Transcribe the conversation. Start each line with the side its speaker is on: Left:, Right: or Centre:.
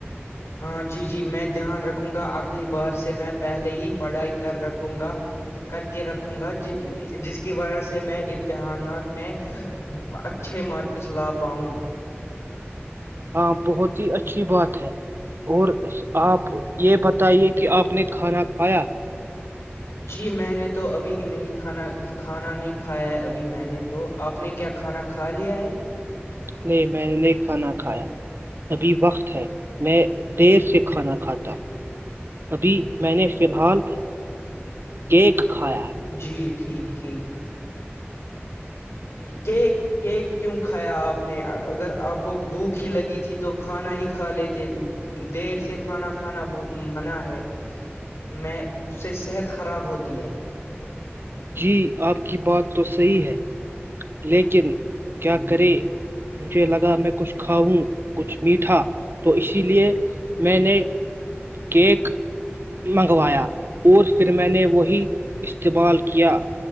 Left: ہاں جی جی میں دھیان رکھوں گا اگلی بار سے میں پہلے ہی پڑھائی کر رکھوں گا کر کے رکھوں گا ج جس کی وجہ سے میں امتحانات میں اچھے مارکس لا پاؤں
Right: ہاں بہت ہی اچھی بات ہے اور آپ یہ بتائیے کہ آپ نے کھانا کھایا
Left: جی میں نے تو ابھی نہیں کھانا کھانا نہیں کھایا ہے ابھی میں نے تو آپ نے کیا کھانا کھا لیا ہے
Right: نہیں میں نے نہیں کھانا کھایا ابھی وقت ہے میں دیر سے کھانا کھاتا ہ ابی میں نے فی الحال کیک کھایا ہے
Left: جی ٹھیک ٹھیک کیک کیک کیوں کھایا آپ نے اگر آپ کو بھوک ہی لگی تھی تو کھانا ہی کھا لیتے دیر سے کھانا کھانا منع ہے میں اس سے صحت خراب ہوتی ہے
Right: جی آپ کی بات تو صحیح ہے لیکن کیا
Left: ہوں
Right: کریں مجھے لگا میں کچھ کھاؤں کچھ میٹھا تو اسی لیے میں نے کیک منگوایا اور پھر میں نے وہی استعمال کیا